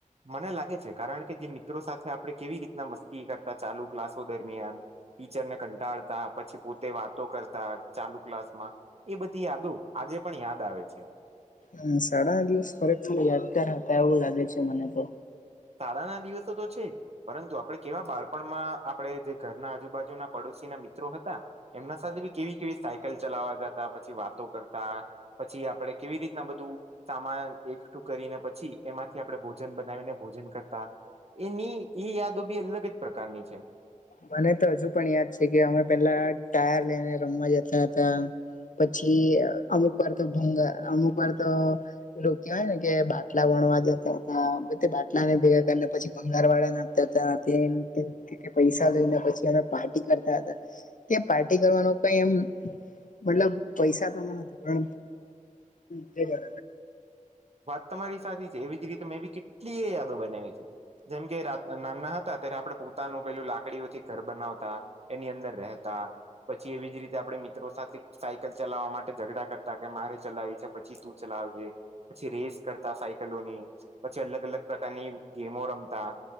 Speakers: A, on the right; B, on the left.
A: મને લાગે છે, કારણ કે જે મિત્રો સાથે આપણે કેવી રીતના મસ્તી કરતા ચાલુ ક્લાસો દરમિયાન ટીચર ને કંટાળતા પછી, પોતે વાતો કરતા ચાલુ ક્લાસ માં એ બધી યાદો આજે, પણ યાદ આવે છે.
B: અહ શાળાના દિવસ ખરેખર યાદગાર હતા એવું લાગે છે મને તો.
A: શાળાના દિવસો તો છે પરંતુ આપડે કેવા બાળપણમાં આપડે જે ઘરના આજુબાજુના પડોશ છીના મિત્રો હતા એમના સાથે બી કેવી કેવી કલ ચલાવા જતા પછી વાતો કરતા પછી આપડે કેવી રીતના બધું સામાન એકઠું કરીને પછી એમાંથી આપણે ભોજન બનાવીને ભોજન કરતા એની એ યાદો બી અલગ જ પ્રકારની છે.
B: મને તો હજુ પણ યાદ છે કે અમે પેહલા ટાયર લઈને રમવા જતા હતા. પછી અમુક વાર તો ભંગા અમુક વાર તો પેલું કેવાય ને કે બાટલા ણવા જતા તા ન તે બાટલા ને ભેગા પછી ભંગાર વાળાને આપતા હતા તેમ તે કે કે પૈસા ને પછી અમે પાર્ટી કરતા હતા, ત પાર્ટી કરવાનું કઈ એમ મતલબ પૈસા તો ન હતા, પર
A: તમારી, સાથે જ એવી જ રીતે મે બી કેટલી એ યાદો બનાવી છે. જેમ કે રાત નાના હતા ત્યારે આપડે પોતાનું પેલું લાકડી ઓછી, ઘર બનાવતા એની અંદર રહેતા પછી એવી જ રીતે આપડે મિત્રો સાથે સાયકલ ચલાવવા માટે ઝઘડા કરતા કે મારે ચલાવી છે. પછી, તુ ચલાવ આવજે પછી, રેસ કરતા સાયકલોની પછી, અલગ, અલગ પ્રકારની ગેમો રમતા